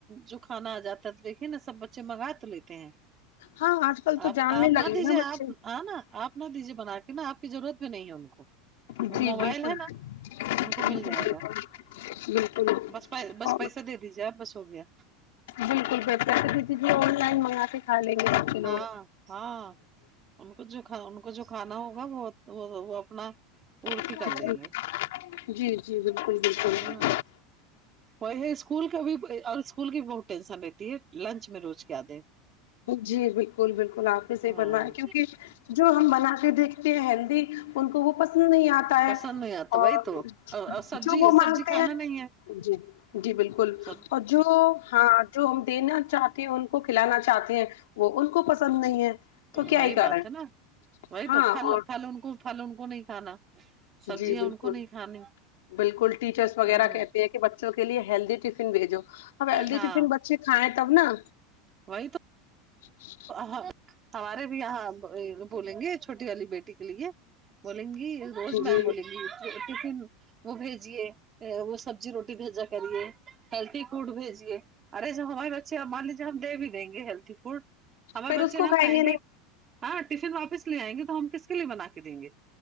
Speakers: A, on the right (about 20°); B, on the left (about 80°).
A: جو کھانا آ جاتا ہے تو دیکھے نا سب بچے منگا تو لیتے ہیں
B: ہاں آج کل تو
A: آپ
B: جاننے
A: آپ
B: لگے
A: نہ دیجیے
B: نا
A: آپ
B: بچے
A: ہ نا آپ نہ دیجے بنا کے نا آپ کی ضرورت بھی نہیں ہے ان کو
B: جی
A: وہ موبائل
B: بالکل
A: ہے نا ان کو
B: بالکل
A: مل جائے گا
B: بالکل
A: بس پیے بس
B: اور
A: پیسہ دے دیجیے آپ بس ہو گیا
B: بالکل بہتر ہے تو دی دی آن لائن منگا کے کھا لیں گے بچے لوگ
A: ہاں ہاں ان کو جو ان کو جو کھانا ہوگا ب تو وہ وہ اپنا اڑتے
B: بالکل
A: کر لیں گے
B: جی جی جی بالکل بالکل
A: ہاں وہی اسکول کا بھی اور اسکول کی بھی بہت ٹینشن رہتی ہے لنچ میں روز کیا دیں
B: جی بالکل بالکل آپ نے صحیح
A: ہاں
B: فرمایا کیونکہ جو ہم بنا کے دیکھتے ہیں ہیلدی ان کو وہ پسند نہیں آتا
A: پسند
B: ہے
A: نہیں آتا وہی
B: اور
A: تو اور سبزی
B: جو وہ
A: سبزی
B: مانگتے
A: کھانا
B: ہیں
A: نہیں ہے
B: جی جی بالکل
A: سب
B: اور جو ہاں جو ہم دینا چاہتے ہیں ان کو کھلانا چاہتے ہیں وہ ان کو پسند نہیں ہے تو کیا
A: وہی
B: ہی کریں
A: بات ہے نا وہی
B: ہاں
A: تو پھل
B: اور
A: پھل ان کو پھل ان کو نہیں کھانا سبجیاں
B: جی بالکل
A: ان کو نہیں کھانی
B: بالکل ٹیچرس وغیرہ
A: ہوں
B: کہتے ہیں کہ بچوں کے لئے ہیلدی ٹفن بھیجو اب ہیلدی
A: ہاں
B: ٹفن بچے کھائیں تب نا
A: وہی تو
B: ج
A: ہاں ہمارے بھی یہاں بولیں گے چھوٹی والی بیٹی کے لیے بولیں گی روز میم
B: جی
A: بولیں گی ٹفن وہ بھیجیے وہ سبزی روٹی بھیجا کریے ہیلتھی فوڈ بھیجیے ارے جو ہمارے بچے مان لیجیے ہم دے بھی دیں گے ہیلتھی فوڈ ہمار
B: پھر
A: بچے
B: اس کو
A: نہ کھائیں گے
B: نہیں
A: ہاں ٹفن واپس لے آئیں گے تو ہم کس کے لیے بنا کے دیں گے